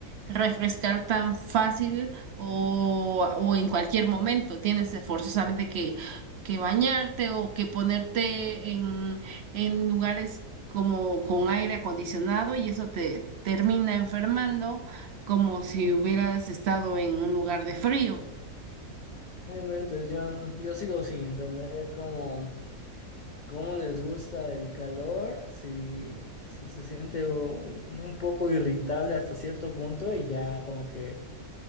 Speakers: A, on the right; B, on the left.
A: refrescar tan fácil o, o en cualquier momento. Tienes forzosamente que, que bañarte o que ponerte en, en lugares como con aire acondicionado y eso te termina enfermando como si hubieras estado en un lugar de frío.
B: Eh, bueno, Entonces yo, yo sigo sin entender cómo... cómo les gusta el calor, si, si se siente un un poco irritable hasta cierto punto y ya como que